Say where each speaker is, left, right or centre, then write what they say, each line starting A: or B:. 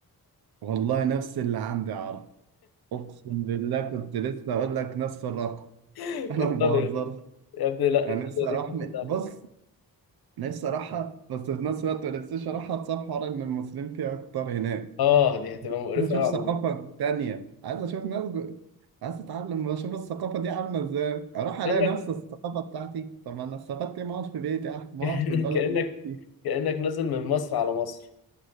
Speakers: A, on the right; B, on the left.
A: والله نفس اللي عندي يا عرفة اقسم بالله كنت لسه اقول لك نفس الرقم
B: <laughs>
A: <laughs> انا
B: ايطاليا
A: ما بهزرش
B: يا ابني لا
A: انا
B: ايطاليا
A: نفسي
B: دي
A: اروح
B: في حته
A: م-
B: تانيه
A: بص نفسي اروحها بس في نفس الوقت ما نفسيش اروحها بسبب حوار ان المصريين فيها اكتر هناك
B: اه دي هتبقى مقرفه
A: عايز
B: قوي
A: اشوف ثقافة
B: عموما
A: تانية عايز اشوف ناس جو... عايز اتعلم اشوف الثقافة دي عاملة ازاي اروح الاقي
B: كانك
A: نفس الثقافة بتاعتي طب انا استفدت إيه ما اقعد في بيتي أح- ما
B: <laughs>
A: اقعد في البلد
B: كانك
A: اللي أنا فيها
B: كانك نازل من مصر على مصر